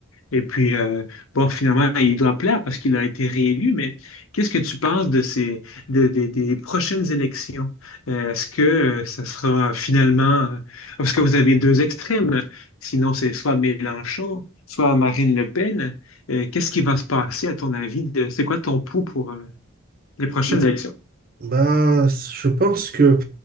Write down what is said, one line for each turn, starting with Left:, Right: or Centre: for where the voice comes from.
Left: Et puis, euh, bon, finalement, il doit plaire parce qu'il a été réélu, mais qu'est-ce que tu penses de ces, de- de- des prochaines élections? Euh, est-ce que euh, ça sera finalement, euh, parce que vous avez deux extrêmes, sinon c'est soit Mélenchon, soit Marine Le Pen. Euh, qu'est-ce qui va se passer à ton avis de, c'est quoi ton pouls pour euh, les prochaines
Right: Bon,
Left: élections?
Right: ben, je pense que,